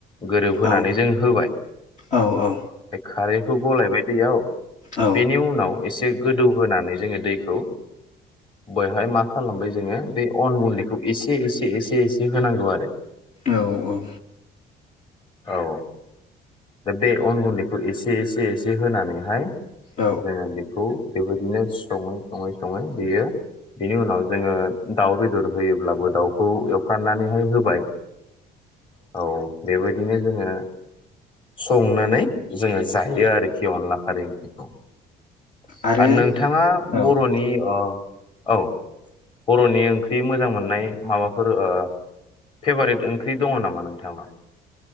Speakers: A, on the left; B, on the left.
A: गोरोबहोनै
B: औ
A: जों होबाय
B: औ औ
A: बे खारै खौ गलायबाय दैयाव
B: औ
A: बेनि उनाव एसे गोदौ होनानै जोङो दैखौ बैहाय मा खालामबाय जोङो बे अन गुन्दैखौ एसे एसे एसे एसे होनांगौ आरो
B: औ औ
A: औ दा बे अन गुन्दैखौ एसे एसे एसे होनानैहाय
B: औ
A: जोङो बेखौ बे बादिनो सङै सङै सङै बेयो बिनि उनाव जोङो। दाउ बेदर होयोब्लाबो दाउ खौ एवफ्राननानैहाय होबाय। औ बे बाय बिनो जोङो संनानै। जोङो जायो आरोखि अनला आरो आरो
B: आरो
A: नोंथाङा बर'नि
B: औ
A: ओ औ बरनि ओंख्रि मोजां मोननाय माबाफोर ओ फेभारेट ओंख्रि दङ नामा नोंथाङा?